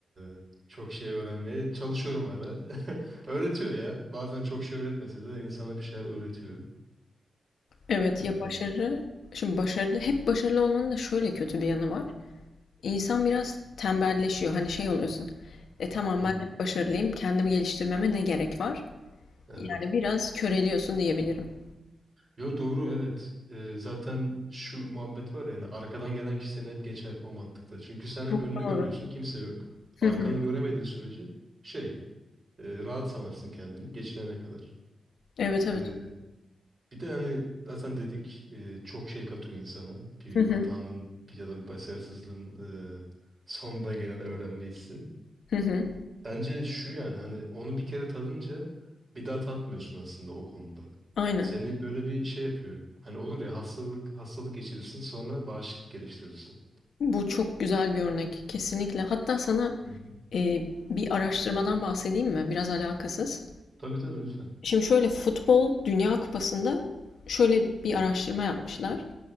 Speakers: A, on the right (about 40°); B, on the left (about 80°).
A: e, çok şey öğrenmeye çalışıyorum hala. <laughs> Öğretiyor ya. Bazen çok şey öğretmese de insana bir şeyler öğretiyor.
B: Evet
A: E, hı
B: ya başarı, şimdi başarılı, hep başarılı olmanın da şöyle kötü bir yanı var. İnsan biraz tembelleşiyor. Hani şey oluyorsun. E tamam
A: hı,
B: ben hep başarılıyım. Kendimi geliştirmeme ne gerek var?
A: evet.
B: Yani biraz köreliyorsun diyebilirim.
A: Yo doğru evet. Ee, zaten şu muhabbet var yani arkadan gelen kişi seni hep geçer o mantıkta. Çünkü sen
B: Çok
A: hep önünü
B: doğru.
A: görüyorsun kimse yok.
B: Hı
A: Arkanı
B: hı.
A: göremediğin sürece şey e, rahat sanarsın kendini geçilene kadar.
B: Evet evet.
A: Ee, bir de hani zaten dedik e, çok şey katıyor insana. Bir
B: Hı hı.
A: hatanın bir ya da bir başarısızlığın e, sonunda gelen öğrenme hissi.
B: Hı hı.
A: Bence şu yani hani onu bir kere tadınca bir daha tatmıyorsun aslında o konuda.
B: Aynen.
A: Seni böyle bir şey yapıyor. Hani olur ya hastalık hastalık geçirirsin sonra bağışıklık geliştirirsin.
B: Bu çok güzel bir örnek. Kesinlikle. Hatta sana
A: Hı hı.
B: e, bir araştırmadan bahsedeyim mi? Biraz alakasız.
A: Tabii tabii lütfen.
B: Şimdi şöyle futbol Dünya Kupası'nda şöyle bir araştırma yapmışlar.